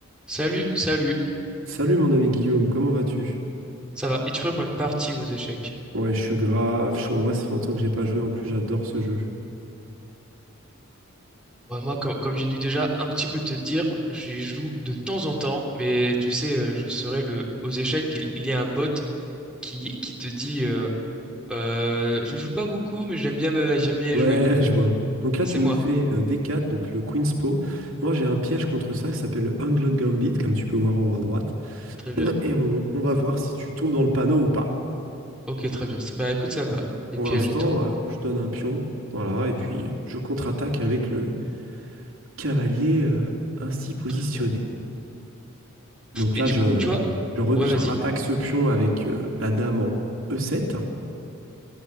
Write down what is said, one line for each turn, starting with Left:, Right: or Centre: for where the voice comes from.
Centre: Salut, salut.
Right: Salut mon ami Guillaume, comment vas-tu?
Centre: Ça va? Es-tu prêt pour une partie aux échecs?
Right: Ouais, je suis grave chaud. En vrai, ça fait longtemps que j'ai pas joué. En plus, j'adore ce jeu.
Centre: Ouais, moi, com- comme, j'ai dû déjà un petit peu te dire, j'y joue de temps en temps, mais tu sais, euh, je serai le aux échecs, il, il y a un bot qui, qui te dit euh, Euh, je joue pas beaucoup, mais j'aime bien me- j'aime bien
Right: Ouais,
Centre: y jouer.
Right: <laughs> je vois. Donc là,
Centre: C'est
Right: tu nous
Centre: moi.
Right: fais euh, D4, donc le Queen's Po. Moi, j'ai un piège contre ça qui s'appelle le England Gambit, comme tu peux voir en haut à droite.
Centre: Très bien.
Right: Et on, on va voir si tu tombes dans le panneau ou pas.
Centre: Ok, très bien. C'est- Bah écoute, ça me va.
Right: Pour
Centre: Les pièges
Right: l'instant,
Centre: et tout.
Right: euh, je donne un pion. Voilà, et puis je contre-attaque avec le cavalier euh, ainsi positionné.
Centre: Très bien.
Right: Donc
Centre: Et
Right: là,
Centre: du
Right: je,
Centre: coup, tu vois,
Right: je, re-
Centre: ouais,
Right: je
Centre: vas-y.
Right: rattaque ce pion avec euh, la dame en E7.